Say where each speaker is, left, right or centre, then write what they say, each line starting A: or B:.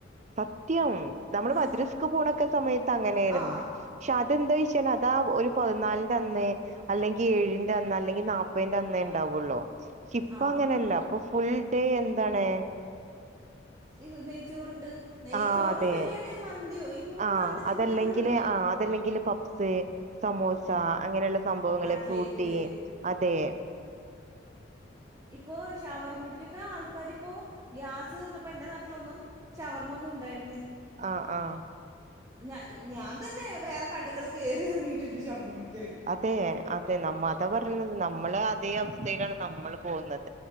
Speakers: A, on the right; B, on the right.
A: സത്യം നമ്മള്
B: ആ
A: മദ്രസ്ക്ക് പോണക്കെ സമയ അങ്ങനെയിരുന്ന
B: ആ
A: പക്ഷതെന്താന്- അതാ ഒരു പതിനാലിന്റെന്നേ അല്ലെങ്കി ഏഴിന്റെന്ന് അല്ലെങ്കിൽ നാപ്പതിന്റെന്നേ ഉണ്ടാവുള്ളൂ- ഇപ്പ
B: ആ
A: അങ്ങനെയല്ല അപ്പൊ ഫുൾ ഡേ എന്താണ്
B: ഇ നെയ്ച്ചോറണ്ട് നെയ്ച്ചോറോ
A: ആഹ് അതെ
B: ബിരിയാണിയോ മന്തിയോ ഈ മൂന്ന്
A: ആഹ്
B: സാധനത്തില്ലെന്തെങ്കിലുണ്ടാവും
A: അതല്ലെങ്കില് ആഹ് <unintelligible> സമൂസ അങ്ങനെയുള്ള സംഭവങ്ങള്
B: കട്ട്ലേറ്റ്
A: ഫ്രൂട്ടി അതെ
B: ഇപ്പൊ ഷവർമ്മയ്ക്കൊക്കെ ആൾക്കാ ക്കാരിപ്പോ ഗ്യാസ് തീർന്നപ്പോ എന്റെ നാട്ടിലൊന്നും ഷവർമൊന്നും ഉണ്ടായിര
A: ആ ആ
B: ഞാ ഞാൻ തന്നെ വേറെ കടകൾ കേറിയെറങ്ങിയിട്ടുണ്ട് ഷവർമ്മത്
A: അതെ അതെ നമ്മ അതാ പറഞ്ഞത് നമ്മള് അതേ അവസ്ഥയിലാണ് നമ്മള് പോവുന്നത്